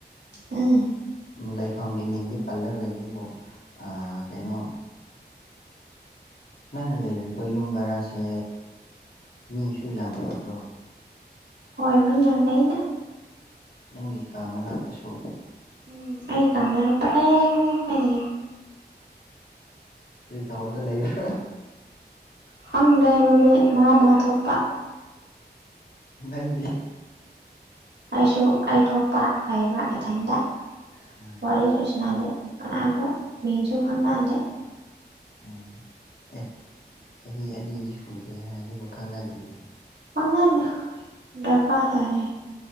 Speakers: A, on the right; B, on the left.
A: <unintelligible>
B: ꯂꯩꯐꯝꯒꯤ ꯃꯤꯡꯗꯤ ꯄꯜꯂꯔꯣꯏꯒꯦꯕꯨ ꯑꯥ ꯀꯩꯅꯣ ꯅꯪꯅ ꯂꯩꯔꯤꯕ ꯌꯨꯝ ꯕꯔꯥꯁꯦ ꯃꯤꯁꯨ ꯌꯥꯝ ꯂꯩꯕ꯭ꯔꯣ
A: ꯍꯣꯏ ꯃꯤ ꯌꯥꯝ ꯂꯩꯩꯅ
B: ꯅꯪꯒꯤ ꯀꯥ ꯃꯅꯥꯛꯇꯁꯨ
A: ꯎꯝ ꯑꯩ <unintelligible> ꯄ꯭ꯔꯦꯡ ꯂꯩꯄꯅꯤ
B: ꯀ꯭ꯔꯤ ꯇꯧꯔꯒ ꯂꯩꯕ꯭ꯔꯥ
A: ꯈꯪꯗꯦ ꯗꯨꯗꯤ ꯃꯥ ꯃꯥ ꯊꯣꯛꯄ
B: ꯅꯪꯗꯤ
A: ꯑꯩꯁꯨ ꯑꯩ ꯊꯣꯛꯄ ꯂꯩꯕ ꯏꯊꯟꯗ
B: ꯑꯥ
A: ꯋꯥꯔꯤꯁꯨ ꯁꯟꯅꯗꯦ ꯀꯅꯥꯁꯨ ꯃꯤꯡꯁꯨ ꯈꯪꯅꯗꯦ
B: ꯑꯥ ꯑꯦ ꯆꯍꯤ ꯑꯅꯤꯗꯤ ꯁꯨꯔꯦ ꯍꯥꯏ ꯑꯗꯨꯒ ꯈꯪꯅꯗ꯭ꯔꯤꯕ
A: ꯈꯪꯅꯥꯗꯦ ꯗꯔꯀꯥꯔ ꯇꯥꯔꯦ